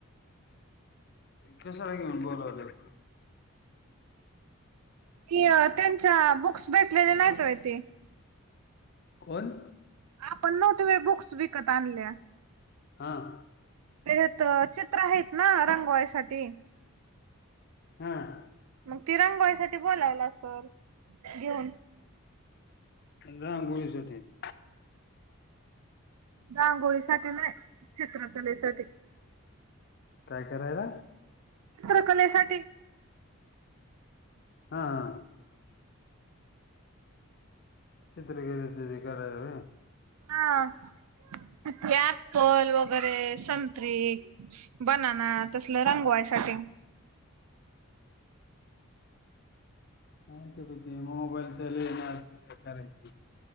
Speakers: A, on the left; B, on the right.
A: कशाला बोलवल्यात
B: त्य त्यांच्या बुक्स भेटलेले नायत व्हय तेे
A: कोण?
B: आपण नव्ह ते व बुक्स विकत आणल्या
A: हां
B: तेच्यात चित्र आहेत ना रंगवायसाठी
A: हम
B: मग तिरंगोईसाठी बोलावला सर घेऊन
A: गोस <unintelligible>
B: रांगोळीसाठी नाही चित्रकलेसाठी
A: काय करायला?
B: चित्रकलेसाठी
A: हा चित्रकले साठी करायला होय
B: हा अप्पल वगैरे संत्री बनना तसल रंगवायसाठी
A: नाही ते प ते मोबाईलचा लय नाद बेकारे